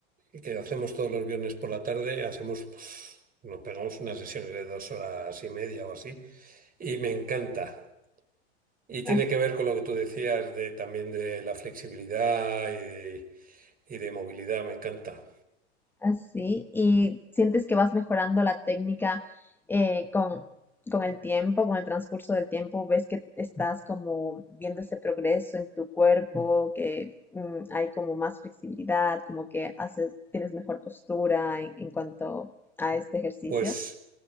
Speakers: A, on the right; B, in the centre.
A: y que hacemos todos los viernes por la tarde, hacemos, pues, nos pegamos unas sesiones de dos horas y media o así, y me encanta. Y tiene
B: así.
A: que ver con lo que tú decías de también de la flexibilidad y de, y de movilidad, me encanta.
B: Así. ¿Y sientes que vas mejorando la técnica eh, con, con el tiempo, con el transcurso del tiempo? ¿Ves que estás como viendo ese progreso en tu cuerpo, que mm, hay como más flexibilidad, como que haces, tienes mejor postura en, en cuanto a este ejercicio?
A: Pues